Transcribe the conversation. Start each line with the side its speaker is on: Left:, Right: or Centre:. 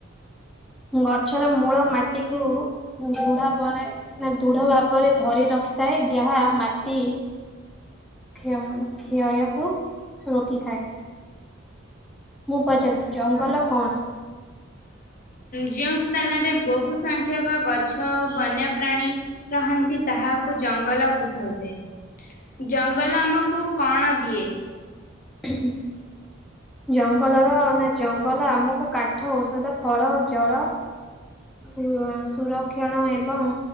Centre: ଗଛର ମୂଳ ମାଟିକୁୁ ଦୃଢ ବଢ଼ାଏ ଦୃଢ଼ ଭାବରେ ଧରି ରଖିଥାଏ ଯାହା ମାଟି କ୍ଷ-କ୍ଷୟକୁ ରୋକିଥାଏ। ମୁଁ ପଚାରୁଚି ଜଙ୍ଗଲ
Left: ହଁ
Centre: କଣ?
Left: ଯେଉଁ ସ୍ଥାନରେ ବହୁ ସଂଖ୍ୟକ ଗଛ ବନ୍ୟପ୍ରାଣୀ ରହନ୍ତି ତାହାକୁ ଜଙ୍ଗଲ କୁହାଯାଏ। ଜଙ୍ଗଲ ଆମକୁ କଣ ଦିଏ?
Centre: ହୁଁ ହୁଁ ଜଙ୍ଗଲର ନା ଜଙ୍ଗଲ ଆମକୁ କାଠ ଔଷଧ ଫଳ ଜଳ ସୁର-ସୁରକ୍ଷଣ ଏବଂ